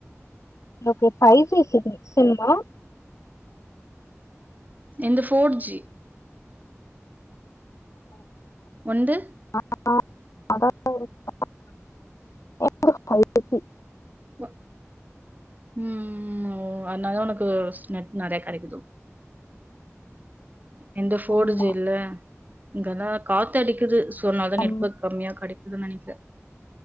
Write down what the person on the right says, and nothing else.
எந்து ஃபோர் ஜி வந்து
வ ம் ம் ஓ அதுனாலத உனக்கு நெட் நெறைய கெடைக்குது எந்த ஃபோர்ஜு
இல்ல இங்கத காத்து அடிக்குது சோ அதனாதா
நெட்வர்க் கம்மியா கிடைக்குதுன்னு நெனைக்கிறே